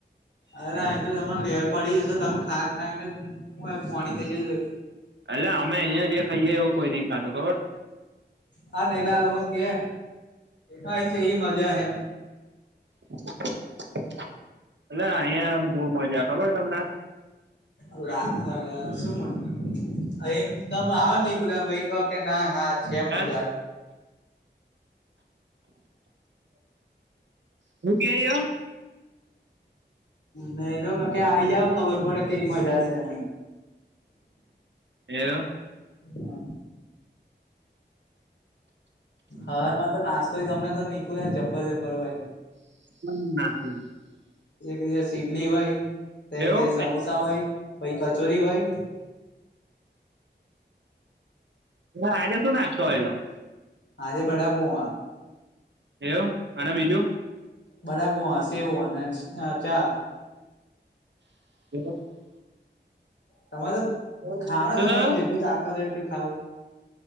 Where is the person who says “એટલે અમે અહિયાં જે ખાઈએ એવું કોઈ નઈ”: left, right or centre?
Right